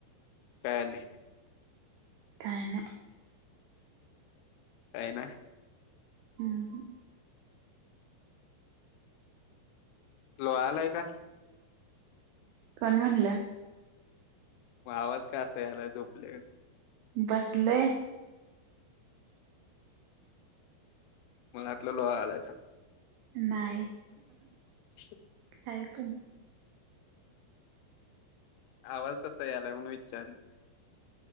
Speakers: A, on the left; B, on the right.
A: कायले
B: काय नाय.
A: काय नाय.
B: हम्म हम्म.
A: लोळायालय का?
B: कोण म्हणल्या?
A: म आवाज का असं याला झोपल्यागत?
B: बसले.
A: मला वाटलं लोळायलासा
B: नाय
A: <inaudible>
B: आहे कमी.
A: आवाज तसा यायलाय म्हणून विचारलं.